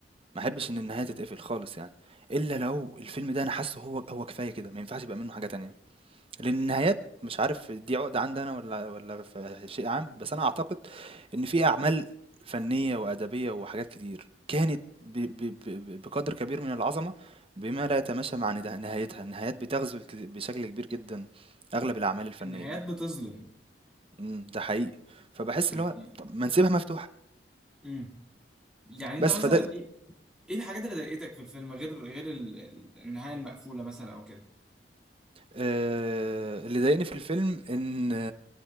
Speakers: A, on the right; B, in the centre.
A: ما احبش إن النهاية تتقفل خالص يعني، إلا لو الفيلم ده أنا حاسه هو هو كفاية كده، ما ينفعش يبقى منه حاجة تانية، لأن النهايات مش عارف دي عقدة عندي أنا والّا والّا في شيء عام، بس أنا أعتقد إن في أعمال فنية وأدبية وحاجات كتير كانت ب ب ب ب بقدر كبير من العظمة بما لا يتماشى مع ندا نهايتها، النهايات بتغزو الك بشكل كبير جدًا أغلب الأعمال الفنية،
B: النهايات بتظلم
A: إمم، ده حقيقي، فباحس
B: يعني
A: اللي هو طب ما نسيبها مفتوحة،
B: مم. يعني انت
A: بس
B: مثلا
A: فده
B: ايه ايه الحاجات اللي ضايقتك في الفيلم غير غير ال- ال- النهايه المقفوله مثلا او كده
A: آآ، اللي ضايقني في الفيلم إن